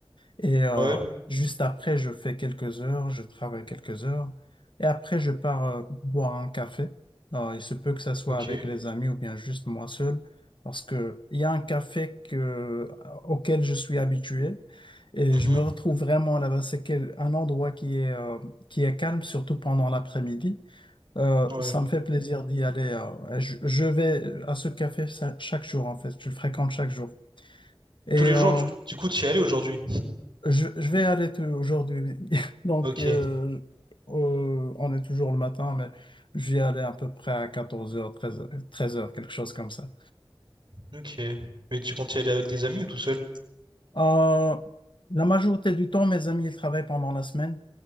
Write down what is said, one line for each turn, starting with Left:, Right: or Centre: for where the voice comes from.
Left: Et euh,
Right: ouais,
Left: juste après, je fais quelques heures, je travaille quelques heures. Et après, je pars euh, boire un café. Euh, il se peut que ça soit
Right: ok,
Left: avec les amis ou bien juste moi seul, parce que il y a un café que, euh, auquel je suis habitué. Et
Right: mhm,
Left: je me retrouve vraiment là-bas. C'est quel- un endroit qui est, euh, qui est calme, surtout pendant l'après-midi. Euh,
Right: ouais.
Left: ça me fait plaisir d'y aller. euh, et je, je vais à ce café ça- chaque jour, en fait. Je le fréquente chaque jour. Et
Right: Tous les
Left: euh,
Right: jours, du, coup, du coup, t'y allais aujourd'hui?
Left: je, je vais aller te- aujourd'hui. <laughs> Donc,
Right: Ok,
Left: euh, euh, on est toujours le matin, mais je vais aller à peu près à 14 heures, 13 heures, 13h, quelque chose comme ça.
Right: ok. Mais tu comptes y aller avec des amis ou tout seul?
Left: Euh, la majorité du temps, mes amis, ils travaillent pendant la semaine.